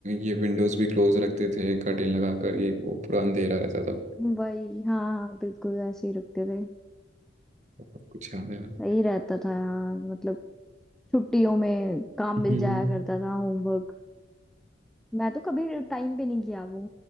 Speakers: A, on the right (about 35°); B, in the centre.
A: ये विंडोज भी क्लोज रखते थे कर्टेन लगा कर ये वो पूरा अंधेरा रहता था
B: वही हाँ हाँ बिल्कुल ऐसे ही रखते थे
A: बहुत कुछ याद है यार
B: सही रहता था यार मतलब छुट्टियों में काम
A: हम्म
B: मिल जाया करता था होमवर्क मैं तो कभी टाइम पे नहीं किया वो